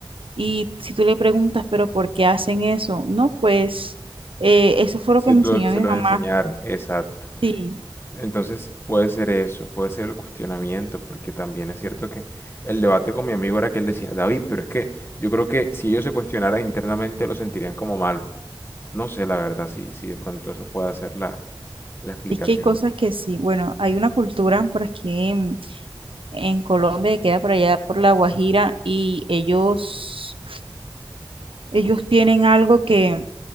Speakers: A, on the right; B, on the left.
A: y si tú le preguntas, pero ¿por qué hacen eso? No, pues eh, eso fue
B: Se
A: lo que me
B: lo,
A: enseñó
B: se
A: mi
B: los
A: mamá.
B: enseñaron, exacto.
A: Sí,
B: Entonces puede ser eso, puede ser el cuestionamiento, porque también es cierto que el debate con mi amigo era que él decía, David, pero es que yo creo que si ellos se cuestionaran internamente lo sentirían como malo. No sé, la verdad, si, si de pronto eso puede ser la, la explicación.
A: es que hay cosas que sí. Bueno, hay una cultura por aquí en, en Colombia que queda por allá por La Guajira y ellos, ellos tienen algo que,